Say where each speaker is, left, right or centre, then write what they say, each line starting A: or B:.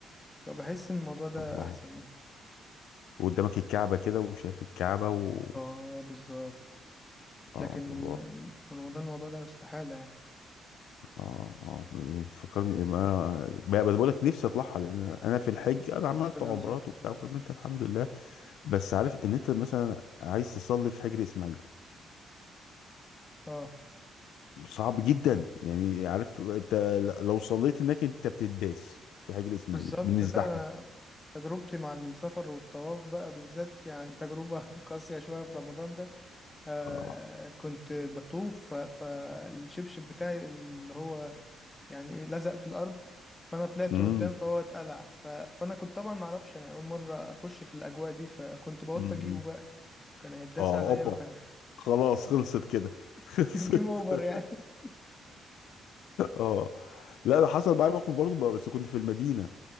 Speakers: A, on the left; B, on the left.
A: فبحس ان الموضوع ده
B: الله
A: احسن يعني
B: وقدامك الكعبة كده وشايف الكعبة و
A: اه بالظبط
B: اه
A: لكن
B: الله
A: في رمضان الموضوع ده استحالة يعني
B: اه اه يعني فكرني ما بقى بقول لك نفسي اطلعها لان انا في الحج انا عملت
A: ربنا
B: عمرات
A: يرزقك ان
B: وبتاع
A: شاء الله
B: وكملت الحمد لله بس عارف ان انت مثلا عايز تصلي في حجر اسماعيل
A: اه
B: صعب جدا يعني عارف انت لو صليت هناك انت بتداس في حجر اسماعيل
A: بالظبط
B: من الزحمه
A: لا أنا تجربتي مع السفر والطواف بقى بالذات يعني تجربة <laughs> قاسية شوية في رمضان ده آه
B: اه
A: كنت بطوف ف- فالشبشب بتاعي اللي هو يعني إيه لزق في الأرض فأنا طلعت
B: امم
A: قدام فهو اتقلع ف- فأنا كنت طبعا معرفش أنا أول مرة أخش في الأجواء دي فكنت بوط
B: أمم.
A: أجيبه بقى كان هيتداس
B: اه
A: عليا
B: اوبا
A: وكان
B: خلاص خلصت كده <laughs> خلصت
A: <laughs> جيم أوفر
B: <laughs>
A: يعني
B: اه لا ده حصل معايا موقف برضه بقى- بس كنت في المدينه